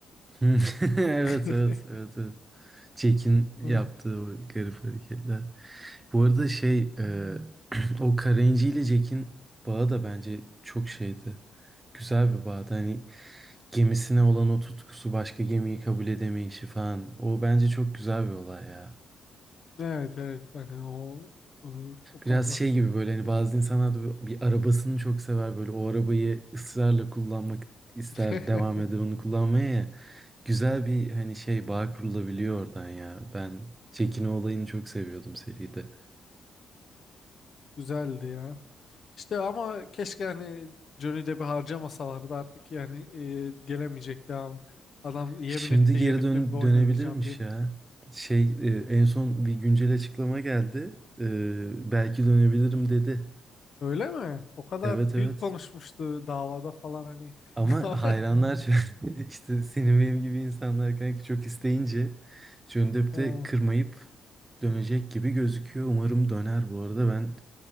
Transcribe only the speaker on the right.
<laughs> Evet
evet evet evet. Jack'in yaptığı
o garip hareketler. Bu arada şey e, <clears throat> o Karenci ile Jack'in bağı da bence çok şeydi. Güzel bir bağdı. Hani gemisine olan o tutkusu, başka gemiyi kabul edemeyişi falan. O bence çok güzel bir olay ya.
Biraz şey gibi böyle hani bazı insanlar da bir arabasını çok sever böyle o arabayı ısrarla kullanmak ister
devam eder onu kullanmaya ya. Güzel bir hani şey bağ kurulabiliyor oradan ya. Ben Çekino olayını çok seviyordum seride.
Şimdi
geri
dön
dönebilirmiş
ya. Şey e, en son bir güncel açıklama geldi. E, belki dönebilirim dedi.
Evet
evet.
Ama
hayranlar çok- <laughs> işte senin benim gibi insanlar kanka çok isteyince dönüp
de kırmayıp dönecek gibi gözüküyor. Umarım döner bu arada. Ben